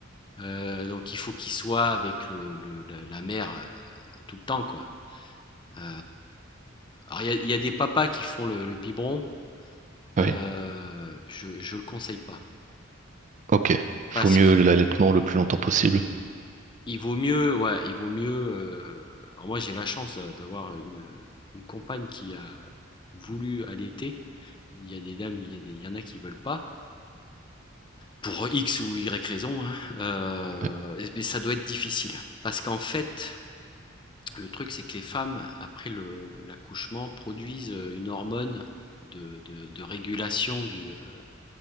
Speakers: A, on the left (about 25°); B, on the right (about 35°).
A: heu, donc il faut qu'il soit avec le le la la mère, heu, tout le temps quoi. Heu, alors il y a il y a des papas qui font le le biberon,
B: ouais.
A: heu, je je le conseille pas
B: Ok. Faut
A: parce
B: mieux
A: que
B: l'allaitement le plus longtemps possible.
A: Il vaut mieux, ouais, il vaut mieux. euh, alors moi, j'ai la chance d'a- d'avoir une, une compagne qui a voulu allaiter. Il y a des dames, il y a des, il y en a qui veulent pas pour X ou Y raison. hein. Euh,
B: Ouais,
A: et- mais ça doit être difficile parce qu'en fait, le truc, c'est que les femmes après le- l'accouchement produisent euh, une hormone de, de- de régulation du, euh,